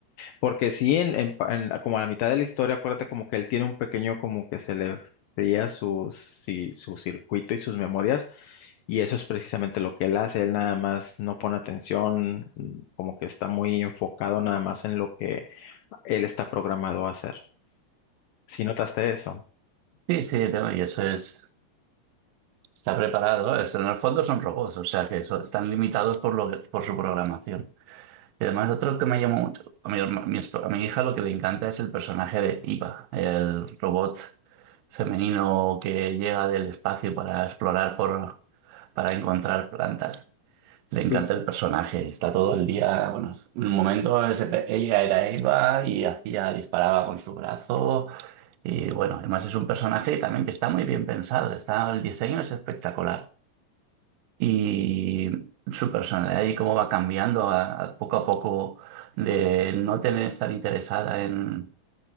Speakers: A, on the left (about 75°); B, on the right (about 80°).
A: Porque sí, en, en pa- en- como a la mitad de la historia, acuérdate como que él tiene un pequeño, como que se le fría su, si- su circuito y sus memorias y eso es precisamente lo que él hace, él nada más no pone atención, mm, como que está muy enfocado nada más en lo que él está programado a hacer. ¿Sí notaste eso?
B: Sí, sí, no, y eso es, está preparado. Es- en el fondo son robots, o sea que eso- están limitados por, lo que- por su programación. Y además, otro que me llamó mucho, a mi, herma- mi esp- a mi hija lo que le encanta es el personaje de Iva, el robot femenino que llega del espacio para explorar por, para encontrar plantas. Le encanta
A: Sí,
B: el personaje, está todo el día, bueno, en un momento ese pe- ella era Eva y hacía, disparaba con su brazo y bueno, además es un personaje también que está muy bien pensado, está, el diseño es espectacular y su personalidad y cómo va cambiando a, a poco a poco de no tener, estar interesada en,